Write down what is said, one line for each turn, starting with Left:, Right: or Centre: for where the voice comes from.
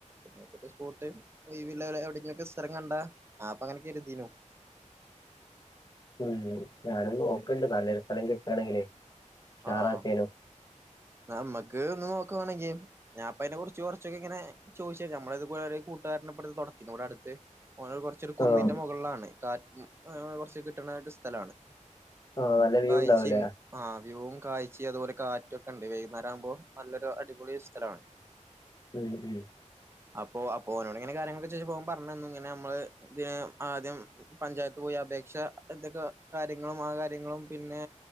Right: <unintelligible> സ്പോട്ട് ഒയ്വ്ള്ള എവിടെയങ്കിലൊക്കെ സ്ഥരം കണ്ടാ ആപ്പ ങ്ങനെ കെര്തീനു.
Left: ഉം ഞാനൊന്ന് നോക്ക്ണ്ട് നല്ലൊരു സ്ഥലം കിട്ടണെങ്കിലേഷാറാക്കേനു
Right: ആ ആ നമ്മക്ക് ഒന്ന് നോക്കവാണെങ്കി ഞാപ്പോ അയ്നെ കുർച്ച് കൊർച്ചൊക്കെങ്ങനെ ചോയ്ച്ച നമ്മളത് പോലൊരു കൂട്ടുകാരനെ പൊലെത് തൊ ഇപ്പ ഇവടട്ത്ത് ഓനൊരു കാർച്ചൊരു കുന്നിന്റെ
Left: ആഹ്
Right: മുകളിലാണ്. കാറ്റും കൊർച്ച് കിട്ടണാ ഒരു സ്ഥലാണ്
Left: ആഹ് നല്ല വ്യൂ
Right: കാഴ്ച്ചിം
Left: ഉണ്ടാവൂലേ
Right: ആ വ്യൂവും കാഴ്ച്ചിം അതുപോലെ കാറ്റൊക്കെണ്ട് വൈന്നാ രാവുമ്പോ നല്ലൊരു അടിപൊളി സ്ഥലാണ്.
Left: ഉം ഉം
Right: അപ്പൊ അപ്പോ ഒനോട് ങ്ങനെ കാര്യങ്ങളൊക്കെ ചോയ്ചപ്പോ ഓൻ പർഞ്ഞെന്ന് ങ്ങനെ നമ്മള് ഏ ആദ്യം പഞ്ചായത്ത് പോ യി അപേക്ഷ എന്തൊക്കെ കാര്യങ്ങളും ആ കാര്യങ്ങളും പിന്നെ